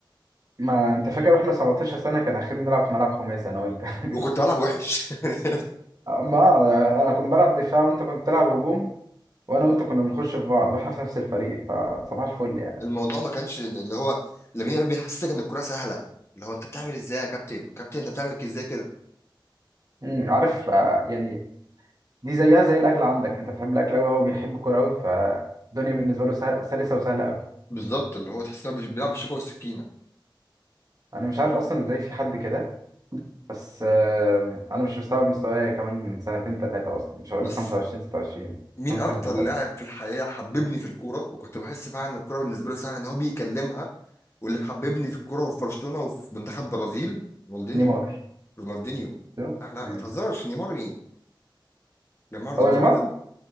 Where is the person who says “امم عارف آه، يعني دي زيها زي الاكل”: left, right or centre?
Right